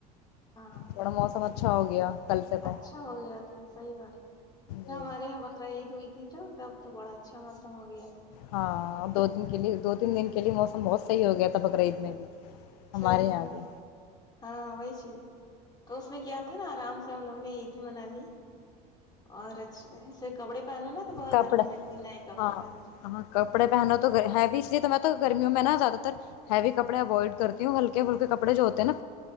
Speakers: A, on the left (about 20°); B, on the left (about 90°).
A: ہاں
B: تھوڑا موسم اچھا اچھا ہو گیا کل سے تو
A: اچھا ہو گیا تھا صحیح بات جو
B: جی
A: ہمارے یہاں بکرا عید دوئی تھی تھا تب تو بڑا اچھا موسم ہو گیا تھا
B: ہاں دو دن کے لیے دو تین دن کے لیے موسم بہت صحیح ہو گیا تھا بقرعید میں بھی
A: سی
B: ہمارے یہاں بھی
A: ہاں وہی چ تو اس میں کیا تھا نا آرام سے ہم لوگوں نے عید بھی منا لی اور اچھاے کپڑے پہنو نا تو بہت
B: کپڑا
A: گرمی لگتی نئے کپڑے
B: ہاں
A: پہنو ج
B: ہاں کپڑے پہنا تو ہیوی اس لیے تو میں تو گرمیوں میں ن زیاد تر ہیوی کپڑے اوائڈ کرتی ہوں ہلکے ہلک کپڑے جو ہوتے نا